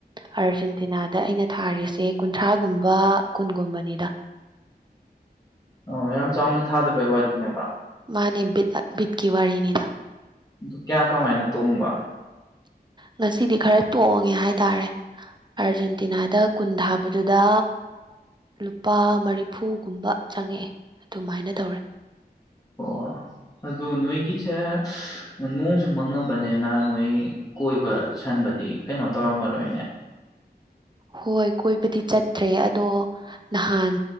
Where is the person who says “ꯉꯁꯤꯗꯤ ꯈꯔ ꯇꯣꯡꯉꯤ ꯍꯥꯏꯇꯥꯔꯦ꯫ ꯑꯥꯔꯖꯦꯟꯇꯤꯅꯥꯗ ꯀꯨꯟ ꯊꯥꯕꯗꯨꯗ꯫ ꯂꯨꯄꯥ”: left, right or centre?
Right